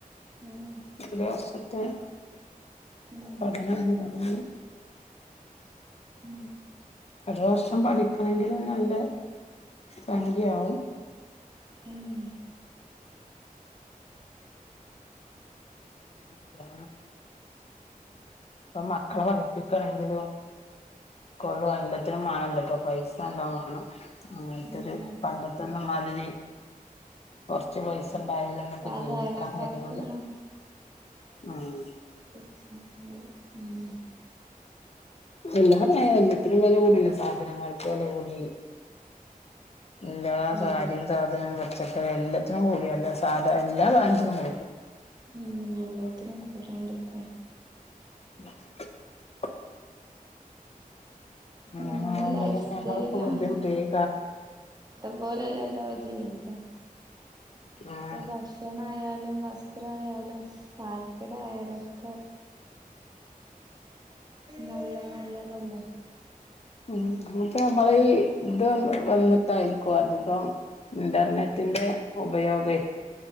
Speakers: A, on the right; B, on the left.
A: ഉം
B: രണ്ട് വർഷത്തെ
A: ഉം
B: പഠനംന്ന് പറഞ്ഞു
A: ഉം
B: ഒരു വർഷം പഠിക്കണെങ്കിൽ നല്ല സംഖ്യയാവും
A: ഉം
B: <unintelligible> ഇപ്പൊ മക്കളെ പഠിപ്പിക്കാണെങ്കിലും കൊള്ളും എല്ലാത്തിനും വേണല്ലോ ഇപ്പൊ പൈസ നല്ലോം വേണം അങ്ങനത്തെൊരു
A: ഉം
B: പണ്ടത്തൊന്നും മാതിരി കൊറച്ച് പൈസ ഇണ്ടായലെന്ന ഇപ്പ
A: സാധാരണക്കാർക്കൊന്നും
B: ജീവിക്കാൻ കഴിയൊള്ളൂ ആഹ്
A: തീർച്ചയായും ഉം
B: എല്ലാ എല്ലത്തിനും വില കൂടിയല്ലോ സാധനങ്ങൾക്ക് വില കൂടി എല്ലാ
A: ഉം
B: സാരിയും സാധനം പച്ച എല്ലത്തിനും കൂടിയല്ലോ സാധ എല്ലാ സാധനത്തിനും കൂടി
A: ഉം എല്ലാത്തിനും കൂടാണ്ട്ക്ക
B: <unintelligible> ആണോ
A: നമ്മുടെ ലൈഫ് സ്റ്റൈലാണ്
B: നമ്മൾ ഇപ്പൊ ബുദ്ധിമുട്ടേനി
A: പോല അല്ലല്ലോ ജീവിതം
B: ആഹ്
A: ഭക്ഷണായാലും വസ്ത്രായാലും പാർപ്പിടായാലും ഒക്കെ നല്ല നല്ലതല്ലെ
B: ഇനി ഇപ്പൊ നമ്മള് ഇത്‌ വന്നിട്ടായിരിക്കും അധികം ഇൻറർനെറ്റിറെ ഉപയോഗെ